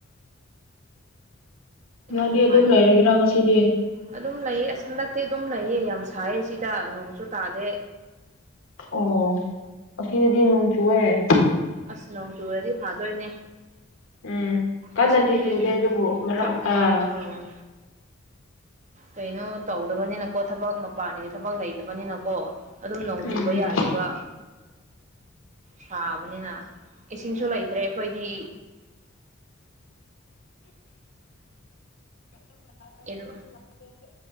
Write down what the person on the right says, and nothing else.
ꯅꯨꯡꯉꯥꯏꯖꯕ
ꯑꯗꯨꯝ ꯂꯩꯑ ꯍꯟꯗꯛꯇꯤ ꯑꯗꯨꯝ ꯂꯩꯑ ꯌꯥꯝ ꯁꯥꯏꯌꯦ ꯁꯤꯗ ꯅꯣꯡꯁꯨ ꯇꯥꯗꯦ
ꯑꯁ ꯅꯣꯡ ꯇꯨꯔꯗꯤ ꯐꯥꯗꯣꯏꯅꯦ
ꯑꯁꯤꯁꯦ
ꯊ
ꯑꯝ ꯀꯩꯅꯣ ꯇꯧꯗꯕꯅꯤꯅꯀꯣ ꯊꯕꯛ ꯃꯄꯥꯟꯗꯤ ꯊꯕꯛ ꯂꯩꯇꯕꯅꯤꯅꯀꯣ ꯑꯗꯨꯝ ꯅꯣꯡ
ꯆꯨꯕ ꯌꯥꯏꯑꯕ ꯁꯥꯕꯅꯤꯅ ꯏꯁꯤꯡꯁꯨ ꯂꯩꯇ꯭ꯔꯦ ꯑꯩꯈꯣꯏꯗꯤ ꯑꯦꯔ